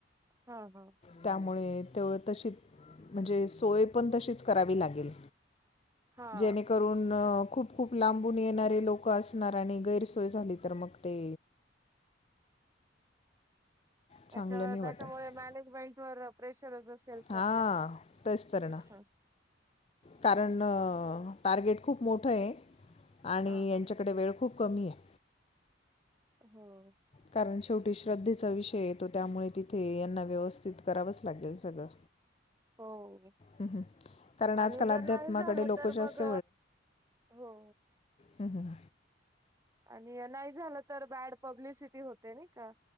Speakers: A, on the right; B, on the left.
A: हा हा
B: त्यामुळे तेवं तशी म्हणजे सोय पण तशीच करावी लागेल
A: हा
B: जेणेकरून खूप खूप लांबून येणारे लोक असणार आणि गैरसोय झाली तर मग ते
A: त्याच्या
B: चांगलं नाही
A: त्याच्यामुळे
B: वाटत
A: मॅनेजमेंट वर प्रेशरच केल साध्या
B: हां तेच तर ना
A: ह
B: कारण टार्गेट खूप मोठं आहे आणि
A: हा हा
B: यांच्याकडे वेळ खूप कमी आहे
A: हो
B: कारण शेवटी श्रद्धेचा विषय येतो त्यामुळे तिथे यांना व्यवस्थित करावंच लागेल सगळं.
A: हो.
B: हं. कारण आजकाल
A: आणि जर
B: अध्यात्माकडे
A: नाही झालं
B: लोक
A: तर
B: जास्त
A: मग हो.
B: ह हां.
A: आणि नाही झालं तर बॅड पब्लिसिटी होते नाही का?